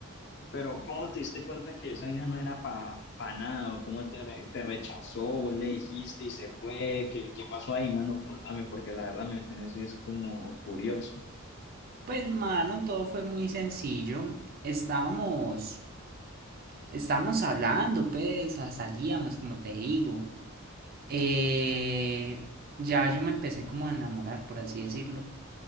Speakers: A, on the left; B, on the right.
A: Pero, ¿cómo te diste cuenta que esa vieja no era para pa nada? ¿O ¿Cómo te, re- te rechazó? ¿Vos le dijiste y se fue? ¿Qué, qué pasó ahí, mano? Contame, porque la verdad me tenés es como curioso.
B: Pues, mano, todo fue muy sencillo. Estábamos, estábamos hablando, pues, a- salíamos, como te digo. Eh, ya yo me empecé como a enamorar, por así decirlo.